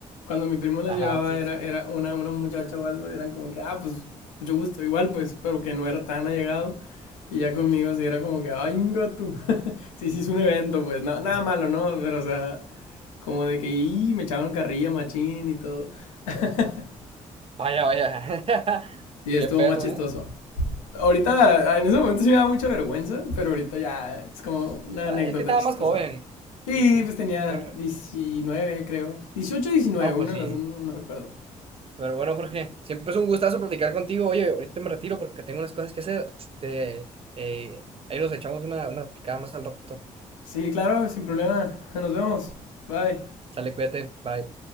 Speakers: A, on the left; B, on the right.
A: Cuando mi primo las
B: Ajá,
A: llevaba,
B: sí,
A: era,
B: sí, sí.
A: era una, una muchacha o algo, y eran como que, ah, pues, mucho gusto, igual, pues, pero que no era tan allegado. Y ya conmigo sí era como que, ay, tú. Sí, sí, es un evento, pues, no- nada malo, ¿no? Pero, o sea, como de que, y me echaban carrilla, machín y todo. <laughs>
B: Vaya, vaya. <laughs>
A: Sí, estuvo
B: Qué perro,
A: más chistoso.
B: ¿eh?
A: Ahorita, en ese momento sí me daba mucha vergüenza, pero ahorita ya es como una
B: Ah,
A: anécdota
B: Es que estaba
A: chistosa.
B: más joven.
A: Sí,
B: Y así.
A: pues tenía
B: Pero,
A: 19 creo. dieciocho diecinueve
B: no,
A: uno
B: pues sí.
A: de las dos, no, no recuerdo.
B: Pero bueno, Jorge, siempre es un gustazo platicar contigo. Oye, ahorita me retiro porque tengo unas cosas que hacer. Este, eh, ahí nos echamos una, una platicada más al rato.
A: Sí, claro, sin problema. Nos vemos. Bye.
B: Sale, cuídate. Bye.